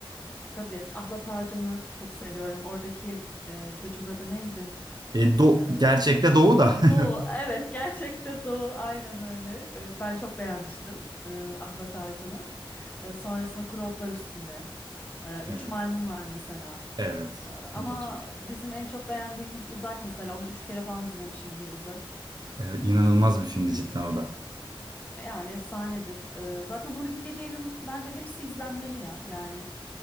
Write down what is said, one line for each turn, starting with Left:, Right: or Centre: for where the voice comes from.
Left: Tabii Ahlat Ağacı'nı çok seviyorum. Oradaki e, çocuğun adı neydi?
Right: E, do
Left: E,
Right: gerçekte Doğu da. <laughs>
Left: Doğu, evet gerçekten Doğu aynen öyle. Ee, ben çok beğenmiştim e, ahlat ağacını. E, sonrasında kuru otlar üstünde. E, üç
Right: Evet,
Left: maymun var mesela.
Right: evet.
Left: E, ama
Right: O da çok.
Left: bizim en çok beğendiğimiz Uzak mesela. Onu üç kere falan izlemişimdir Uzak.
Right: Evet, inanılmaz bir filmdi cidden o da.
Left: Yani efsanedir. E, zaten Nuri Bilge Ceylan'ın bence hepsi izlenmeli ya. Yani